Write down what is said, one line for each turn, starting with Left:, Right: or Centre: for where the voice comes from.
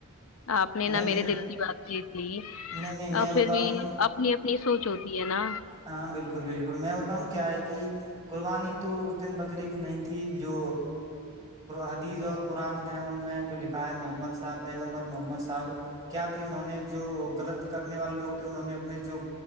Left: آپ نا
Right: میں نے
Left: میرے دل کی بات جیت لی
Right: نہیں نہیں میں
Left: آ،
Right: بتاؤں
Left: پھر بھی اپنی اپنی سوچ ہوتی ہے نا
Right: ہاں بالکل بالکل میں بتاؤں کیا ہے کہ قربانی تو اس دن بکرے کی نہیں تھی جو حدیث اور قرآن ہے ان میں جو لکھا ہے محمد صاحب پیغمبر م حب کیا تھے انہوں نے جو غلط کرنے والے لوگ انہوں نے اپنے جو